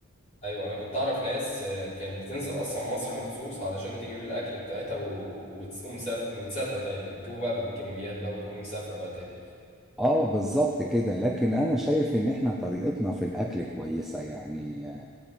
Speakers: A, on the left; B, in the centre.
A: ايوه انا كنت اعرف ناس آه، كانت بتنزل اصلا مصر مخصوص علشان تجيب الاكل بتاعتها و... وتقوم مساف... مسافره تاني بتجيبه بقى بالكميات بقى وتقوم مسافره بقى تاني
B: اه بالظبط كده لكن انا شايف ان احنا طريقتنا في الاكل كويسه يعني